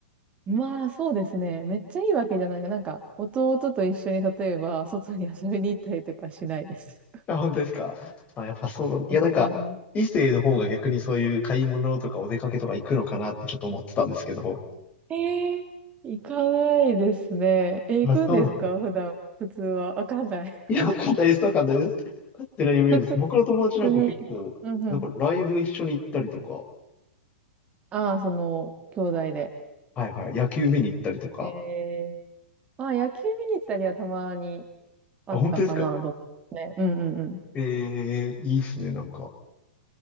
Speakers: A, on the right; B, on the left.
A: まあ、そうですね。めっちゃいいわけじゃないが、なんか、弟と一緒に、例えば、外に遊びに行ったりとかしないです。
B: あ、本当ですかあ、やっぱそうなんだ。いや、
A: <laughs>
B: なんか、
A: うんう
B: 異性の方が逆にそういう買い物とかお出かけとか行くのかなってちょっと思ってたんですけど。
A: ん、えー、行かないですね。えー、
B: まあそうなんだ
A: 行くんですか普段、普通は。わかんない。
B: いや、簡単です。簡単です。勝ってないイメージです。
A: <laughs> 普
B: 僕の友達なんか結構、
A: 通に。うんうん。
B: なんかライブ一緒に行ったりとか、
A: ああ、その、兄弟で。
B: はいはい、野球見に行ったりとか。
A: えー、ああ、野球見に行ったりはたまにあったかな、
B: あ、本当ですか
A: と思いますね。うんうんうん。
B: ええいいっすね、なんか。